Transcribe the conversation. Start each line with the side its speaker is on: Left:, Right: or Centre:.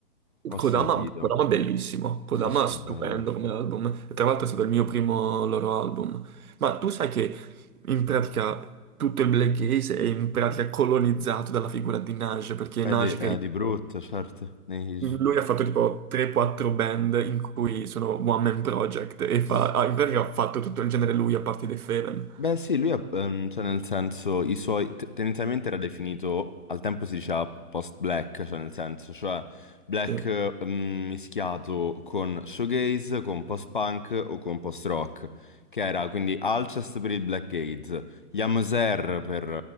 Left: ho
Right: Kodama,
Left: sentito.
Right: Kodama è bellissimo, Kodama
Left: Sì, sì,
Right: è stupendo
Left: è bello.
Right: come album, e tra l'altro è stato il mio primo loro album. Ma tu sai che in pratica tutto il black gaze è in pratica colonizzato dalla figura di Nage, perché
Left: È
Right: Nage
Left: di, è
Right: che
Left: di brutto, certo. nei-
Right: lui ha fatto tipo 3-4 band in cui sono one man project e fa,
Left: sì.
Right: ah, in pratica ha fatto tutto il genere lui a parte dei Feven.
Left: Beh, sì, lui, ha- ehm, cioè nel senso, i suoi, te- tendenzialmente era definito, al tempo si diceva post-black, cioè nel senso, cioè black
Right: Cioè,
Left: ehm, mischiato con shoegaze, con post-punk o con post-rock, che era quindi Alcest per il black gaze, Yamoser per